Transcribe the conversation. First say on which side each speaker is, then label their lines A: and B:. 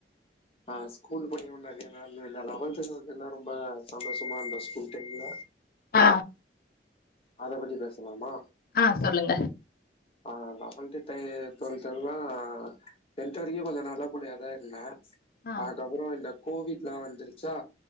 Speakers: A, on the left; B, on the left.
A: ஆ ஸ்கூல் படிக்மோது நெறய நடந்தது இல்ல லெவெல்த்து டுவெலத் எல்லா ரொம்ப சந்தோஷமா இருந்த ஸ்கூல் டைம்ல
B: ஆ
A: அத பத்தி பேசலாமா
B: ஆ சொல்லுங்க
A: ஆ லெவெல்த்து டே டுவெலத்தெல்லா டென்த் வரைக்கு கொஞ்சோ நல்ல புள்ளையாதா இருந்தே
B: ஆ
A: அதுக்கப்புறோ இந்த கோவிட்லா வந்துருச்சா